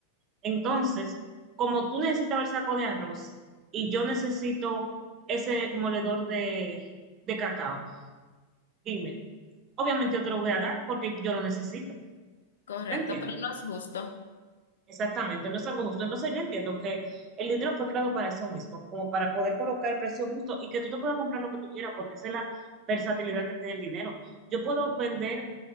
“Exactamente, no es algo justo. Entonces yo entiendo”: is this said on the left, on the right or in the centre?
Right